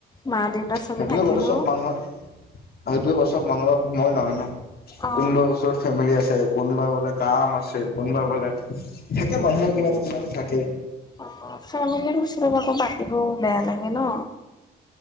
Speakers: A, on the left; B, on the left.
A: মা দেউতা চবে
B: সেইটোয়ে
A: থাকে
B: ক
A: ন
B: চব মানুহে সেইটোয়ে ক চব মানুহৰ সময় নহয় না
A: অ
B: কোনোবা ওচৰত, ফেমিলি আছে কোনোবা বোলে কাম আছে কোনোবা বোলে থাকে মানুহে কিবা এটা কিবা এটা থাকে।
A: অ ফেমিলীৰ ওচৰৰ পৰা আকৌ পাতিবও বেয়া লাগে ন।